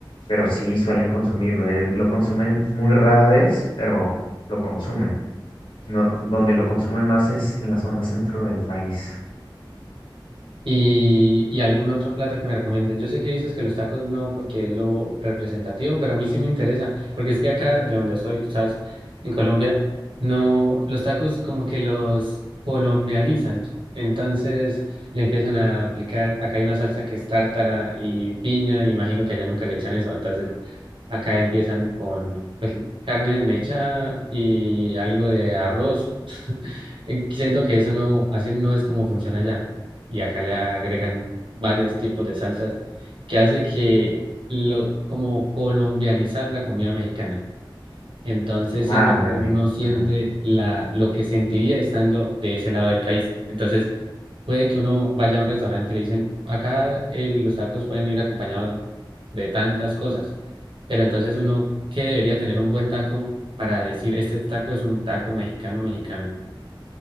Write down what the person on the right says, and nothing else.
Y, y algún otro plato que me recomiendes. Yo sé que dices que los tacos no, porque es lo representativo, pero a mí sí me interesa, porque es que acá de donde soy, tú sabes, en Colombia, no, los tacos como que los colombianizan. Entonces le empiezan a aplicar, acá hay una salsa que es tártara y piña, imagino que allá nunca le echan eso, entonces acá empiezan con pues, carne mecha y algo de arroz. <laughs> Y Siento que eso no, así no es como funciona allá y acá le agregan varios tipos de salsas que hace que lo, como colombianizar la comida mexicana. Entonces siento
que
uno no siente
la, lo que sentiría estando de ese lado del país. Entonces puede que uno vaya a un restaurante y le dicen, acá eh, los tacos pueden ir acompañados de tantas cosas, pero entonces uno que debería tener un buen taco para decir, este taco es un taco mexicano, mexicano.